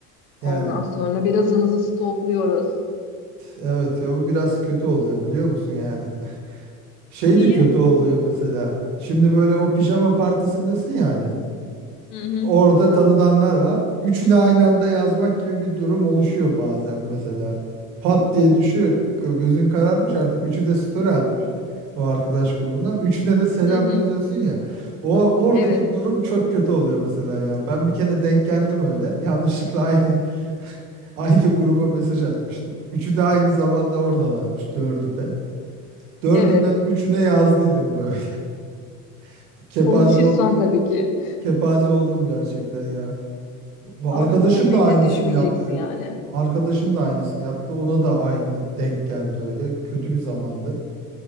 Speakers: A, on the left; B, on the right.
A: Ondan
B: Yani
A: sonra birazınızı stokluyoruz.
B: evet ya bu biraz kötü oluyor biliyor musun yani. <laughs> Şey
A: Niye?
B: de kötü oluyor mesela. Şimdi böyle o pijama partisindesin yani.
A: Hı hı.
B: Orada tanıdanlar var. Üçünü aynı anda yazmak gibi bir durum oluşuyor bazen mesela. Pat diye düşüyor. G- Gözün kararmış artık. Üçü de story atmış o arkadaş grubundan. Üçüne de selam
A: Hı hı.
B: yazıyorsun ya. O oradaki
A: Evet.
B: durum çok kötü oluyor mesela ya. Ben bir kere denk geldim öyle. Yanlışlıkla aynı <laughs> aynı gruba mesaj atmıştım. Üçü de aynı zamanda oradalarmış. Dördü de. Dördünden
A: Evet.
B: üçüne yazdıydım böyle. <laughs> Kepaze
A: Sonuç hüsran
B: ol,
A: tabii ki.
B: kepaze oldum gerçekten ya. Bu
A: Ama
B: arkadaşım
A: kızların
B: da
A: eline
B: aynısını
A: düşmeyeceksin
B: yaptı.
A: yani.
B: Arkadaşım da aynısını yaptı. Ona da aynı denk geldi öyle. Kötü bir zamandı.